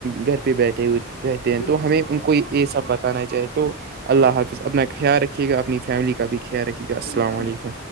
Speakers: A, on the right; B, on the left.
A: گھر پہ بیٹھے ہوئے رہتے
B: نے
A: ہیں
B: بالکل
A: تو ہمیں
B: صحیح
A: ان
B: کہا
A: کو
B: آپ
A: یہ
B: نے
A: سب بتانا چاہی تو اللہ حافظ اپنا خیال رکھیے گا اپنی فیملی کا بھی خیال رکے گا السلام
B: چی اللہ
A: علیکم